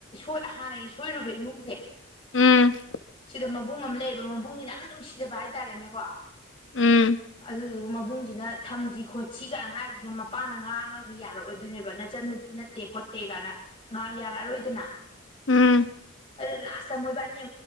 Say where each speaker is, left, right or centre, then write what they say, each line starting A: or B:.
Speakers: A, on the left; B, on the left.
A: ꯣꯏ ꯍꯥꯟꯅꯒꯤ ꯁꯣꯏꯔꯨꯕ ꯏꯃꯨꯡꯁꯦ
B: ꯎꯝ
A: ꯁꯤꯗ ꯃꯕꯨꯡ ꯑꯃ ꯂꯩꯌꯦꯕ ꯃꯕꯨꯡꯁꯤꯅ ꯌꯥꯝ ꯅꯨꯡꯁꯤꯖꯕ ꯍꯥꯏꯇꯥꯔꯦꯅꯦꯀꯣ
B: ꯎꯝ
A: ꯑꯗꯨꯗꯨꯒ ꯃꯕꯨꯡꯁꯤꯅ ꯊꯝꯁꯤ ꯈꯣꯠꯁꯤ ꯀꯥꯏꯅ ꯍꯥꯏꯕꯁꯤꯅ ꯃꯄꯥꯅ ꯉꯥꯡꯉꯒ ꯌꯥꯔꯛꯑꯣꯏꯗꯣꯏꯅꯦꯕ ꯅꯆꯟ ꯅꯨꯄꯤ ꯅꯠꯇꯦ ꯈꯣꯠꯇꯦ ꯀꯥꯏꯅ ꯉꯥ ꯌꯥꯔꯛꯑꯔꯣꯏ ꯏꯇꯅꯥ
B: ꯎꯝ
A: ꯑ ꯂꯥꯁꯁ ꯃꯣꯏꯕꯕꯥꯅꯤ